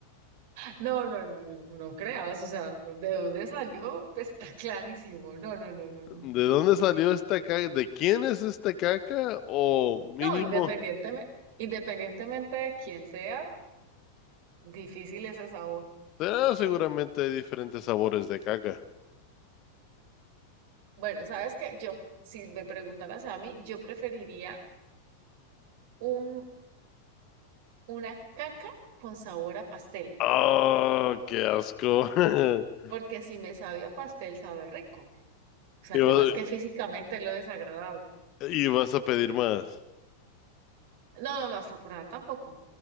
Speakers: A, on the right; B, on the left.
A: No, no, no, no, no creas, o sea, ¿de dónde salió? Pues está clarísimo. No, no, no, no, no.
B: ¿De dónde salió esta caca? ¿De quién es esta caca? O mínimo,
A: No, independientemente, independientemente de quién sea, difícil ese sabor.
B: ah, seguramente hay diferentes sabores de caca.
A: Bueno, sabes que yo, si me preguntaras a mí, yo preferiría un, una caca con sabor a pastel,
B: Oh, qué asco. <laughs>
A: porque si me sabe a pastel, sabe rico. O sea,
B: Y
A: el
B: vas,
A: tema es que físicamente es lo desagradable.
B: y vas a pedir más.
A: No, no, no, hasta por allá tampoco.